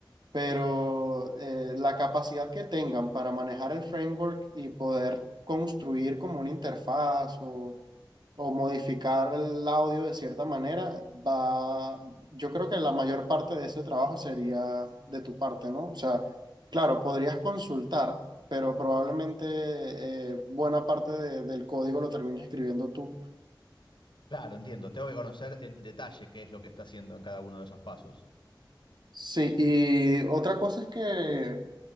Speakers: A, on the right; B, on the left.
A: pero eh, la capacidad que tengan para manejar el framework y poder construir como una interfaz o, o modificar el audio de cierta manera, va, yo creo que la mayor parte de ese trabajo sería de tu parte, ¿no? O sea, claro, podrías consultar, pero probablemente eh, buena parte de- del código lo termines escribiendo tú.
B: Claro, entiendo, tengo que conocer en detalle qué es lo que está haciendo en cada uno de esos pasos.
A: Sí, y otra cosa es que